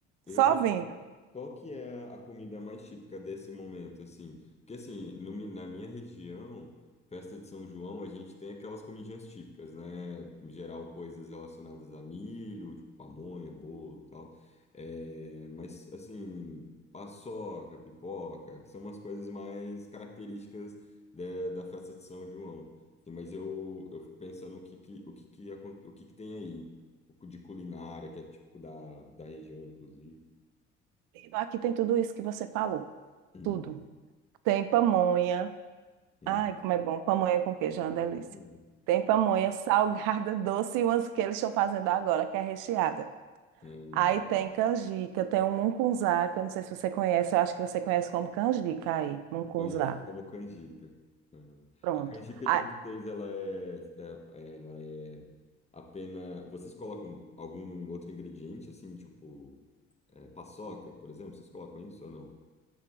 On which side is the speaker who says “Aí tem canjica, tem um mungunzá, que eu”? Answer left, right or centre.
Right